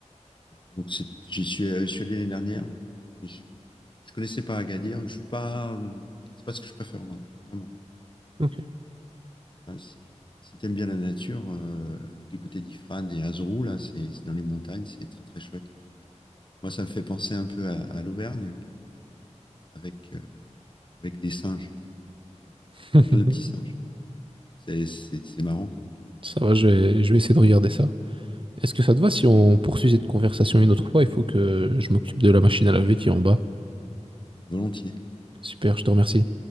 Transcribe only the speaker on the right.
Ok.
<laughs>
Ça va, je vais, je vais essayer de regarder ça. Est-ce que ça te va si on poursuit cette conversation une autre fois? Il faut que je m'occupe de la machine à laver qui est en bas.
Super,
je te remercie.